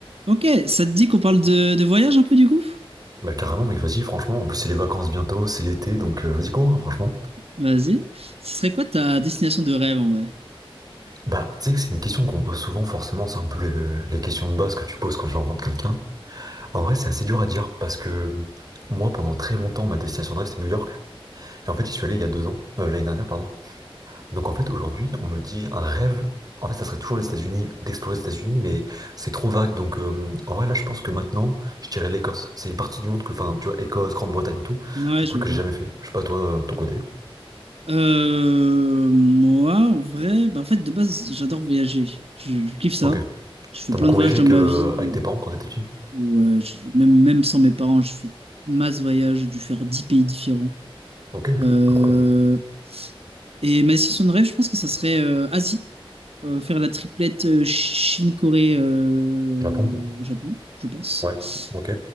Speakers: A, on the right; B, on the right.
A: Ok, ça te dit qu'on parle de, de voyage un peu du coup?
B: Bah carrément mec, vas-y franchement, en plus c'est les vacances bientôt, c'est l'été, donc euh, vas-y go hein, franchement.
A: Vas-y. Ce serait quoi ta destination de rêve en vrai?
B: Bah tu sais que c'est une question qu'on pose souvent forcément, c'est un peu le- les questions de base que tu poses quand tu rencontres quelqu'un. En vrai c'est assez dur à dire parce que moi pendant très longtemps ma destination de rêve c'était New York. Et en fait j'y suis allé il y a deux ans, euh, l'année dernière pardon. Donc en fait aujourd'hui on me dit un rêve, en fait ça serait toujours les États-Unis, d'explorer les États-Unis mais c'est trop vague donc euh, en vrai là je pense que maintenant je dirais l'Écosse. C'est une partie du monde que, enfin tu vois Écosse, Grande-Bretagne et tout,
A: Ouais,
B: c'est un
A: je
B: truc
A: vois.
B: que j'ai jamais fait. Je sais pas toi, euh, ton côté.
A: Euh, moi, en vrai, bah, en fait, de base, j'adore voyager. Je, je kiffe ça.
B: Ok.
A: Je fais
B: T'as
A: plein
B: beaucoup
A: de voyages
B: voyagé
A: dans
B: que
A: ma vie.
B: avec
A: euh,
B: tes parents quand t'étais petit?
A: Ou euh, je- même, même sans mes parents, je fais masse voyages. J'ai dû faire 10 pays différents.
B: Ok,
A: Euh,
B: incroyable.
A: et ma destination de rêve, je pense que ça serait euh, Asie. Euh, faire la triplette euh, Chine, Corée, euh,
B: Japon?
A: Japon, je pense.
B: Ouais, ok,